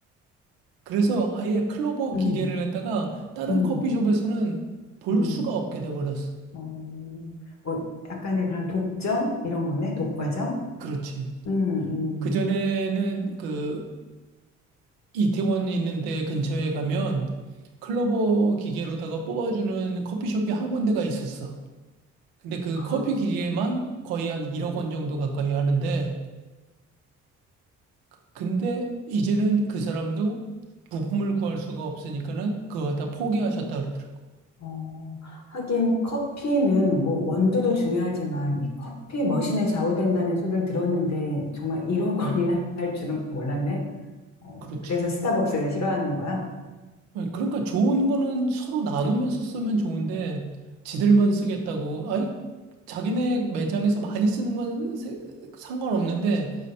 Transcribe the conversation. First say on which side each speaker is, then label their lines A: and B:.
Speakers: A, on the right; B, on the left.
A: 그래서 아예 클로버 기계를
B: 음,
A: 갖다가 다른
B: 음.
A: 커피숍에서는 볼
B: 음.
A: 수가 없게 돼버렸어.
B: 어, 뭐 약간의 그런 독점 이런 거네. 독과점.
A: 그렇지.
B: 음,
A: 그전에는
B: 음.
A: 그 이태원에 있는데 근처에 가면 클로버 기계로다가 뽑아주는 커피숍이 한 군데가 있었어. 근데 그
B: 아,
A: 커피 기계만 거의 한 1억 원 정도 가까이 하는데, 근데 이제는 그 사람도 부품을 구할 수가 없으니까는 그거 다 포기하셨다 그러더라고.
B: 어, 하긴 커피는 뭐 원두도 중요하지만 이 커피 머신에 좌우된다는 소리를 들었는데 정말 1억 원이나 <laughs> 할 줄은 몰랐네. 어,
A: 그렇지.
B: 그래서 스타벅스를 싫어하는 거야?
A: 아니, 그러니까 좋은 거는 서로 나누면서 쓰면 좋은데 지들만 쓰겠다고. 아이 자기네 매장에서 많이 쓰는 건 세- 상관없는데